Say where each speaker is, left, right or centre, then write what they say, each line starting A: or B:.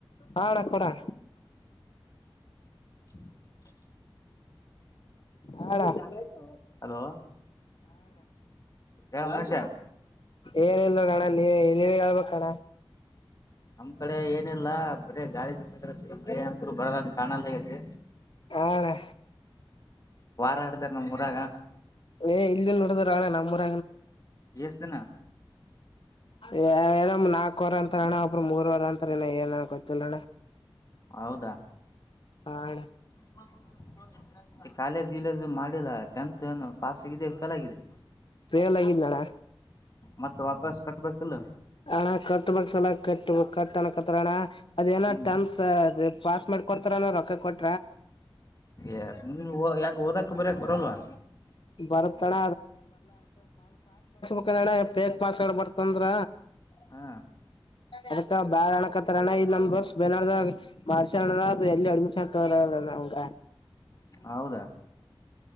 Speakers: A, on the left; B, on the left.
A: ಹಾಡ ಕೊಡಣ
B: ಹ
A: ಹಣ
B: ಚ ಹಲೋ ಹೇಳ ಮಹೇಶ
A: ಏನ್ ಇಲ್ವಣ್ಣ ನೀವ ನೀವ ಹೇಳ್ಬೇಕಣ
B: ನಮ್ಮ್ ಕಡೆ ಏನಿಲ್ಲ ಬರ ಗಾಳಿ ಬೀಿಸಾ ಬ ಅಂತರು ಬರದ ಕಾಣಲ್ಲ ಹಗತಿ
A: ಹಾ
B: ವಾರ ಹಡ್ದ ನಮ ಊರಾಗ
A: ಏ ಇಲ್ಲಿ ನದಾರಣ ನಂಬ್ರ
B: ಎಷ್ಟ್ದನಾ
A: ಾರ ನಾಲ್ಕವರ ಅರ ಅಣ ಒಬ್್ರ ಮೂರ್ವರ ಅಂತಾರಣ್ಣ ಏನನ್ ಗೊತ್ತಿಲ್ಲ ಅಣ್ಣ
B: ಹೌದಾ
A: ಹಣ
B: ಮತ್ತ ಕಾಲೇಜ್ ಇಲ್ಲ ಮಾಡ ಟೆಂತ್ ಏ ಪಾಸ್ ಸಿಗ ಫೇಲ್ ಆಗಿದೆ
A: ಬೇಲ್ ಆಗಿದ ನಣ
B: ಮತ್ತ ವಾಪಸ್ ಕಟ್ಬೇಕಿಲ್ಲ
A: ಅಣ ಕಟ್ಟ ಮ ಲ ಕ ಕ ಕಣ ಅದ ನ
B: ಹ್ಮ್
A: ಟೆತ್ ಪಾಸ್ ಮಾಡಿ ಕೊಡ್ತಾರ ರೊಕ್ಕ ಕೊಟ್ಟ
B: ಏ ನೀ ಯಾಕ ಓದಕ ಬರಯಕ್ ಬರಲ್ವಾ
A: ಬರುತ್ತಣ ಡೆ ಪೇಕ್ ಪಾಸ್ಡೆ ಬತ ಂದ್ರ
B: ಹಾ
A: ಅದ ಬ್ಯಾಳ್ ಅಣಕತ್ತಾರ ಅಣ ಇ ನ ಬಸ್ ಬ ಮಾಡಸ ಅ ಎಲ್ಲಿ ಅಡ್ಮಿಷನ್ ತ ನಮಂಗ
B: ಹೌದಾ